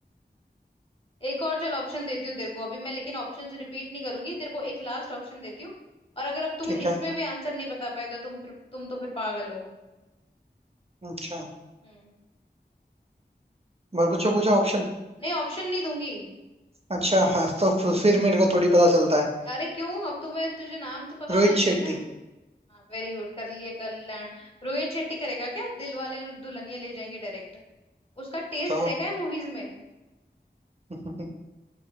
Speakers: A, on the left; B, on the right.
A: एक और चल ऑप्शन देती हूँ तेरे को अभी मैं लेकिन ऑप्शंस रिपीट नहीं करूंगी तेरे को एक लास्ट ऑप्शन देती हूँ और अगर अब तुम
B: ठीक है
A: इसमें भी आंसर नहीं बता पाए तो तुम फिर तुम तो फिर पागल हो
B: अच्छा
A: हम्म
B: और कुछ पूछा ऑप्शन
A: नहीं ऑप्शन नहीं दूंगी
B: अच्छा <laughs> हाँ, तो फ- फिर मेरे को थोड़ी पता चलता है
A: अरे क्यों अब तुम्हें तुझे नाम तो पता
B: रोहित
A: होना चाहिए
B: शेट्टी
A: ना हाँ वेरी गुड कर लिए कल्याण रोहित शेट्टी करेगा क्या दिल वाले दुल्हनिया ले जाएंगे डायरेक्ट उसका टेस्ट
B: तो
A: देखा है मूवीज में
B: <laughs>